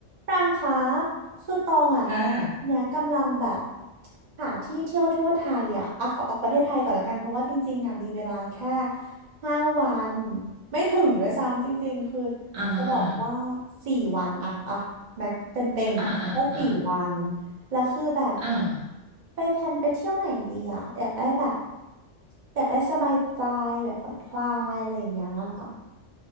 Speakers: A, on the right; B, on the right.
A: ปรางคะคือตองอ่ะ
B: ค่ะ
A: เนี่ยกำลังแบบหาที่เที่ยวทั่วไทยอ่ะอ่ะขอออกประเทศไทยก่อนละกันเพราะว่าจริงๆอ่ะมีเวลาแค่ห้าวันไม่ถึงด้วยซ้ำจริงๆคือ
B: อ่า
A: จะบอกว่าสี่วันอ่ะอ่ะแม็กเต็มเต็มอ่ะก็สี่วัน
B: อ่าอ่าอ่า
A: แล้วคือแบบ
B: อ่า
A: ไปแพลนไปเที่ยวไหนดีอ่ะอยากได้แบบอยากได้สบายใจแบบผ่อนคลายอะไรอย่างเงี้ยค่ะ